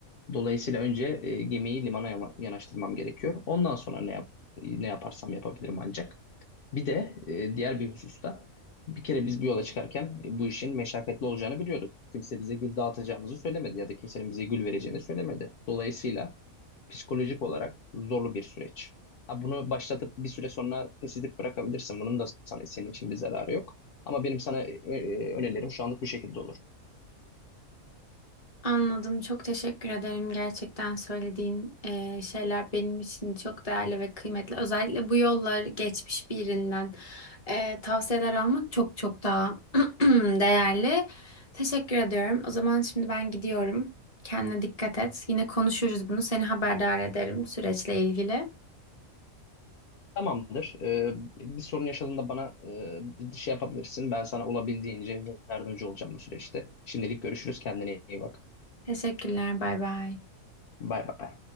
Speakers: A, on the left; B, on the left.
A: Dolayısıyla önce e, gemiyi limana yama- yanaştırmam gerekiyor. Ondan sonra ne yap ne yaparsam yapabilirim ancak. Bir de e, diğer bir hususta bir kere biz bu yola çıkarken e, bu işin meşakkatli olacağını biliyorduk. Kimse bize gül dağıtacağımızı söylemedi ya da kimsenin bize gül vereceğini söylemedi. Dolayısıyla psikolojik olarak zorlu bir süreç. Ha, bunu başlatıp bir süre sonra pes edip bırakabilirsin. Bunun da sana, senin için bir zararı yok. Ama benim sana e, e, önerilerim şu anlık bu şekilde olur.
B: Anladım. Çok teşekkür ederim. Gerçekten söylediğin eee, şeyler benim için çok değerli ve kıymetli. Özellikle bu yollar geçmiş birinden eee, tavsiyeler almak çok çok daha <clears throat> değerli. Teşekkür ediyorum. O zaman şimdi ben gidiyorum. Kendine dikkat et. Yine konuşuruz bunu. Seni haberdar ederim süreçle ilgili.
A: Tamamdır. E, bir sorun yaşadığında bana e, bir şey yapabilirsin. Ben sana olabildiğince yardımcı olacağım bu süreçte. Şimdilik görüşürüz. Kendine iyi bak.
B: Teşekkürler. Bay bay.
A: Bay bay.